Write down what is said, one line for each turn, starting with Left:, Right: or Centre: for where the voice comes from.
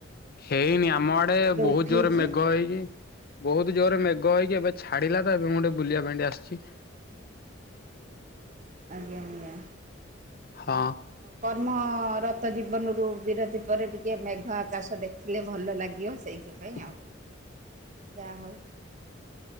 Left: ହେଇନି
Right: ଆଉ
Left: ଆମ ଆଡେ
Right: ଏବେ
Left: ବହୁତ
Right: ଉଠେଇଛି
Left: ଜୋରରେ ମେଘ ହେଇଛି। ବହୁତ ଜୋରରେ ମେଘ ହେଇକି ଏବେ ଛାଡିଲା ତ ଏବେ ମୁଁ ଟିକେ ବୁଲିବା ପାଇଁ ଟେ ଆସଛି।
Right: ଆଜ୍ଞା ଆଜ୍ଞା।
Left: ହଁ।
Right: କର୍ମରତ ଜୀବନରୁ ବିରତି ପରେ ଟିକେ ମେଘ ଆକାଶ ଦେଖିଲେ ଭଲ ଲାଗିବ। ସେଇଥି ପାଇଁ ଆଉ।
Left: <inaudible>
Right: ଯାହା ହଉ।